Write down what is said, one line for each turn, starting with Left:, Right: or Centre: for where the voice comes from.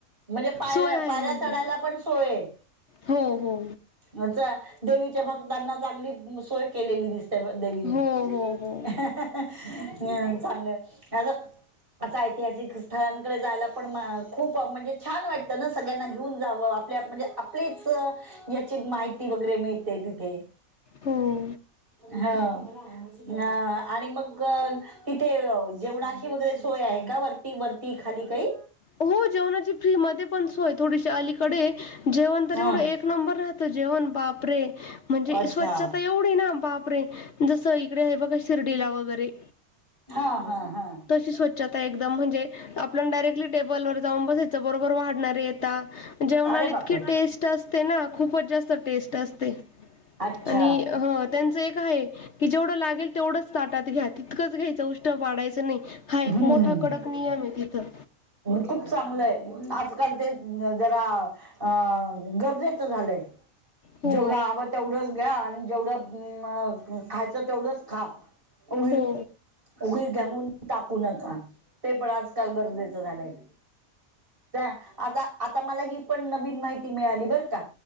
Right: म्हणजे पायऱ्या
Left: सोय आहे
Right: पायऱ्या
Left: म्हणजे
Right: चढायला पण सोय आहे?
Left: हो हो
Right: मजा देवीच्या भक्तांना चांगली सोय केलेली दिसती. देवीनी
Left: हो
Right: गूड
Left: हो
Right: न्यूज
Left: हो
Right: हा हा हा हा चांगलं हॅलो असं ऐतिहासिक स्थळांकडे जायला पण खूप म्हणजे छान वाटत ना सगळ्यांना घेऊन जावं आपल्या म्हणजे आपलीच याची माहिती वगैरे मिळते तिथे
Left: हो
Right: हो हा आणि मग तिथे जेवणाची वगैरे सोय आहे का वरती वरती खाली काही?
Left: हो, जेवणाची फ्री मध्ये पण सोय थोडीशी अलीकडे जेवण तर
Right: हम्
Left: एवढं एक नंबर राहत जेवण बापरे म्हणजे
Right: अच्छा
Left: स्वछता एवढी ना बापरे जसं इकडे आहे बघा शिर्डीला वगैरे
Right: हा हा हा.
Left: तशी स्वच्छता आहे एकदम म्हणजे आपण डायरेक्टली टेबलवर. जाऊन बसायच बरोबर वाढणारे येता. जेवणाला
Right: अरे बापरे
Left: इतकी टेस्ट असते ना खूपच जास्त टेस्ट असते
Right: अच्छा
Left: आणि ह त्यांच एक आहे कि जेवढं लागेल तेवढं ताात्या तितकंच घ्यायचं उष्टठ पायचं नाही हा एक
Right: हम्म
Left: मोठा कडक नियम आहे तिथं
Right: खूप चांगलंय आजकाल ते जरा. अ गरजेचं झालंय
Left: हो
Right: जेवढं हवं तेवढंच घ्या आणि जेवढं खायचं तेवढंच खा. उघे
Left: हो
Right: उघी घेऊन टाकू नका ते पण आजकाल गरजेच झालंय त्या, आता, आता मला ही पण नवीन माहिती मिळाली बरं का?